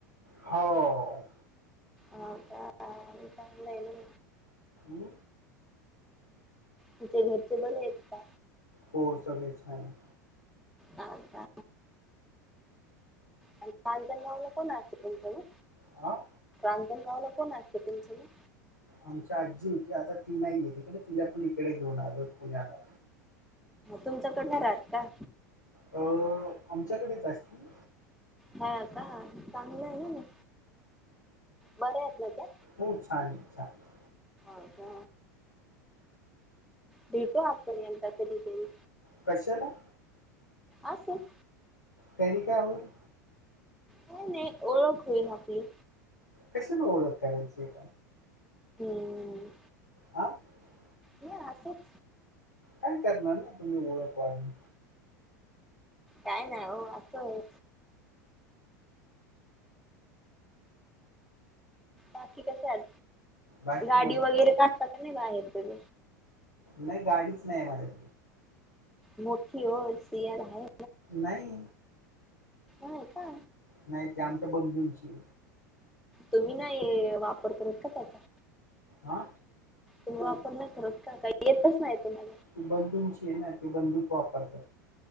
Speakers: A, on the left; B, in the centre.
A: हो.....
B: हो का <unintelligible> चांगल आहे.
A: हम्
B: तुच्या घरचे बरे आहेत का?
A: हो सगळे छान आहेत
B: ह का? आणि मांजणगाव ला कोण असत तुमचं
A: आ..
B: माणजंणगावला कोण असतं तुमच?
A: आमची आजी होती आता ती नाही आहे तकडे तिला पण इकडे घेऊन आलो पुण्याला.
B: तुमचा कड नाही राहात का?
A: अ आमच्याकडेच असतील
B: हा का चांगलं आहे ना बरे आहेत त्या
A: हो छान! छान? आहे
B: हो का? भेटू आपण एकदा कधी करी?
A: <inaudible> कशाला?
B: असंच
A: त्यांनी काय होईल.
B: काय नाही ओळख होईल आपली
A: कशाला ओळख करायची <inaudible>
B: हम्
A: <inaudible>
B: नाही असंच
A: काय करणार ना तुम्ही ओळख वाढून
B: काय ना हो असं आहे बाकी कश
A: बाकी
B: गाडी
A: मग
B: वगैरे कातातात नाही बाहेर तझ
A: नाही गाडीच नाही माझ्याक
B: मोठी हो सयार आहे
A: नाही
B: हो का
A: नाही ते आमच्या बंधूंची
B: तुम्ही ना वापरतत का त्याचा
A: हा
B: तुम्ही वापर नाही करत का काही येतच नाही तुम्हा
A: ती बंधूंची आहे ना ती बंधूच वापरतात